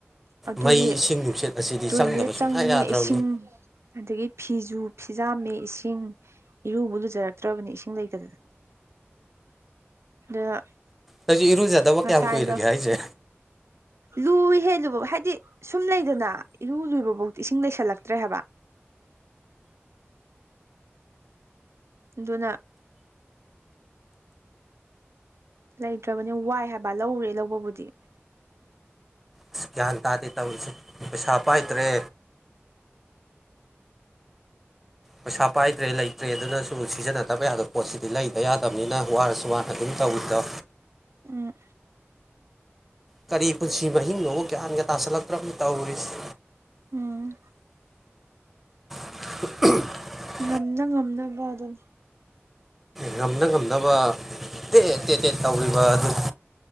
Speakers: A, on the right (about 75°); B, in the centre.
A: ꯑꯗꯨꯒꯤ
B: ꯃꯩ ꯏꯁꯤꯡ ꯅꯨꯡꯁꯤꯠ ꯑꯁꯤꯗꯤ
A: ꯇꯣꯏꯂꯦꯠ
B: ꯆꯪꯗꯕ
A: ꯆꯪꯉꯦ
B: ꯁꯨꯡꯌꯥ ꯌꯥꯗ꯭ꯔꯕꯅꯤ
A: ꯏꯁꯤꯡ ꯑꯗꯨꯗꯒꯤ ꯐꯤꯖꯁꯨ ꯐꯤꯖꯥꯝꯃꯤ ꯏꯁꯤꯡ ꯏꯔꯨꯕꯨ ꯂꯨꯖꯔꯛꯇ꯭ꯔꯕꯅꯤ ꯏꯁꯤꯡ ꯂꯩꯇꯕ ꯑꯥ
B: ꯅꯪꯁꯨ ꯏꯔꯨꯖꯗꯕ
A: ꯉꯁꯥꯏꯗꯣ
B: ꯀꯌꯥꯝ ꯀꯨꯏꯔꯒꯦ ꯍꯥꯏꯁꯦ
A: ꯂꯨꯏꯍꯦ ꯑꯗꯨꯕꯨ ꯍꯥꯏꯗꯤ ꯁꯨꯝ ꯂꯩꯗꯅ ꯏꯔꯨ ꯂꯨꯕ ꯐꯥꯎꯗꯤ ꯏꯁꯤꯡ ꯂꯩꯁꯜꯂꯛꯇ꯭ꯔꯦ ꯍꯥꯏꯕ ꯑꯗꯨꯅ ꯂꯩꯇ꯭ꯔꯕꯅꯤ ꯋꯥꯏ ꯍꯥꯏꯕ ꯂꯧꯔꯦ ꯂꯧꯕꯕꯨꯗꯤ
B: ꯑꯁ ꯒ꯭ꯌꯥꯟ ꯇꯥꯗꯦ ꯇꯧꯔꯤꯁꯦ ꯄꯩꯁꯥ ꯄꯥꯏꯗ꯭ꯔꯦ ꯄꯩꯁꯥ ꯄꯥꯏꯗ꯭ꯔꯦ ꯂꯩꯇ꯭ꯔꯦ ꯑꯗꯨꯅꯁꯨ ꯁꯤꯖꯤꯟꯅꯗꯕ ꯌꯥꯗꯕ ꯄꯣꯠꯁꯤꯗꯤ ꯂꯩꯗ ꯌꯥꯗꯕꯅꯤꯅ ꯋꯥꯔꯁꯨ ꯋꯥꯅ ꯑꯗꯨꯝ ꯇꯧꯋꯤꯗꯣ
A: ꯎꯝ
B: ꯀꯔꯤ ꯄꯨꯟꯁꯤ ꯃꯍꯤꯡꯅꯣꯕ ꯒ꯭ꯌꯥꯟꯒ ꯇꯥꯥꯁꯜꯂꯛꯇ꯭ꯔꯕꯅꯤ ꯇꯧꯔꯤꯁꯤ
A: ꯎꯝ
B: <unintelligible>
A: ꯉꯝꯅ ꯉꯝꯅꯕ ꯑꯗꯨꯝ
B: ꯉꯝꯅ ꯉꯝꯅꯕ ꯇꯦꯇꯦ ꯇꯦꯠ ꯇꯧꯔꯤꯕ ꯑꯗꯨꯅꯤ